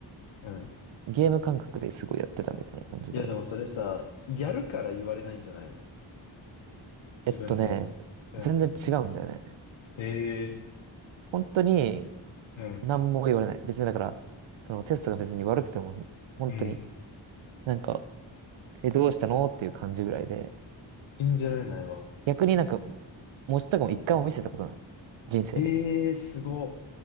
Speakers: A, on the left; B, on the right.
A: うん。
B: ゲーム感覚ですごいやってたみたいな感じで。
A: いや、でもそれさ、やるから言われないんじゃないの自分で。
B: えっとね、
A: うん。
B: 全然違うんだよね。
A: ええ
B: 本当に
A: うん。
B: 何も言われない。別にだから、そのテストが別に悪くても、本当に
A: うん。
B: なんか、え、どうしたのっていう感じぐらいで、
A: 信じられないわ。
B: 逆になんか、文字とかも一回も見せたことない。人生で。
A: ええすご。